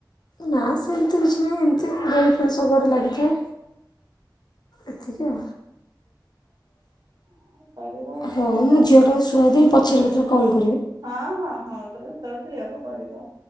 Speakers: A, on the left; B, on the right.
A: ନା ସେମିତି କିଛି ନାହିଁ ଏମିତି ଗଳି ଫଳି ସବୁଆଡ଼େ ଲାଗିଥାଏ ଏତିକି ଆ।
B: ହଁ କରିବା ଗୋଟେ
A: ହଁ ମୁଁ
B: ଚାଲିଛି
A: ଝିଅ ଟା ଶୁଆଦି ପଛରେ ରୁ କଣ?
B: ହଁ ହଁ ହଁ ତମେ ଯେତେବେଳେ ଫ୍ରିହବ କରିବ ଆ